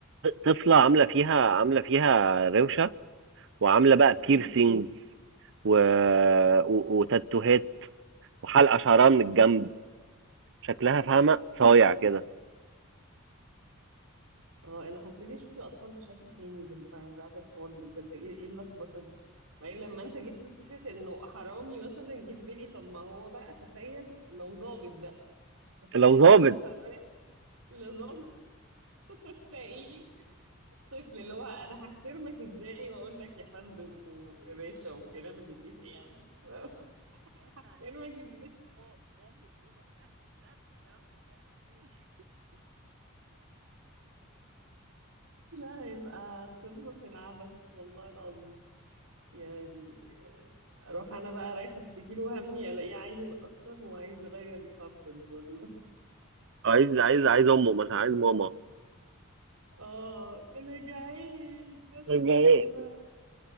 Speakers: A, on the right (about 60°); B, on the right (about 85°).
A: طفله عامله فيها عامله فيها روشه وعامله بقى
B: مم،
A: بيرسينج و... و... وتاتوهات وحلقه شعرها من
B: مم.
A: الجنب شكلها فاهمه صايع كده
B: اه انا هبتدي اشوف الاطفال بشكل تاني بال- بعد الحوار ده بجد ايه ايه اللخبطه دي وبعدين لما انت جبت سيره انه حرامي مثلا جه في بالي طب ما هو بقى تخيل لو ظابط بقى تخيل
A: لو ظابط
B: تبقى انت رايح لظابط <laughs> وتلاقيه طفل اللي هو انا هحترمك ازاي واقول لك يا فندم ويا باشا والكلام اللي بيت يعني <laughs> هحترمك ازاي لا يبقى قمة في العبث والله العظيم يعني آه، اروح انا بقى رايحة اشتكي له همي الاقيه عيل اصلا وعايز يغير البامبرز ولا
A: عايز عايز عايز امه مثلا عايز ماما
B: <laughs> اه انا جعان مثلا
A: يبقى
B: ولا